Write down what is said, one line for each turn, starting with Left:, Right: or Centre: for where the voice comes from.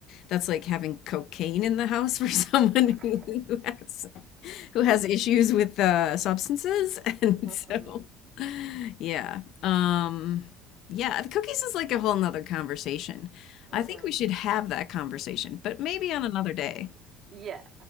Left: that's like having cocaine in the house for <laughs> someone
Right: <laughs>
Left: who, who has who has issues with uh, substances. <laughs> And
Right: hmm
Left: so, yeah. Um, yeah, the cookies is like a whole nother conversation.
Right: hmm
Left: I think we should have that conversation, but maybe on another day.
Right: Yeah.